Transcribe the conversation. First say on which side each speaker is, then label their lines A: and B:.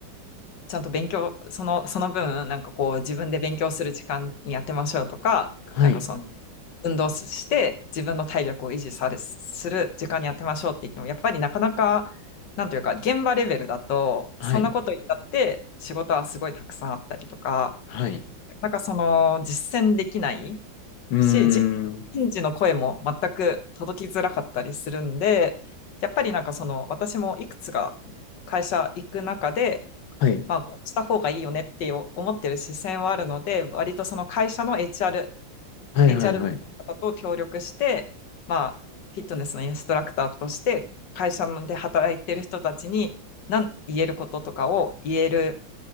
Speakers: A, on the left (about 65°); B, on the left (about 85°).
A: ちゃんと勉強、その、その分、なんかこう、自分で勉強する時間にやってましょうとか、
B: はい。
A: なんかそ運動して自分の体力を維持されする時間に当てましょうって言っても、やっぱりなかなか、なんというか、現場レベルだと、
B: はい。
A: そんなこと言ったって仕事はすごいたくさんあったりとか、
B: はい。
A: なんかその実践できない
B: うーん。
A: し、人人事の声も全く届きづらかったりするんで、やっぱりなんかその私もいくつか会社行く中で、
B: はい。
A: まあ、こうした方がいいよねって思ってる視線はあるので、割とその会社の HR
B: はい、
A: HR
B: はい、はい。
A: の方と協力して、まあ、フィットネスのインストラクターとして、会社で働いてる人たちに何言えることとかを言える